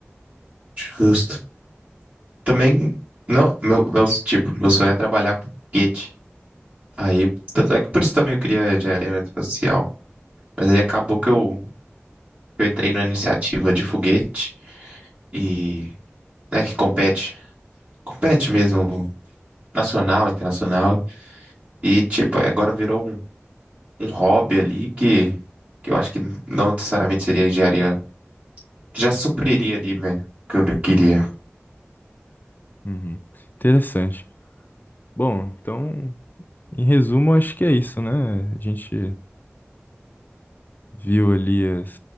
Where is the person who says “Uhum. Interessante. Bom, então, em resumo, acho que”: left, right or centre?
Left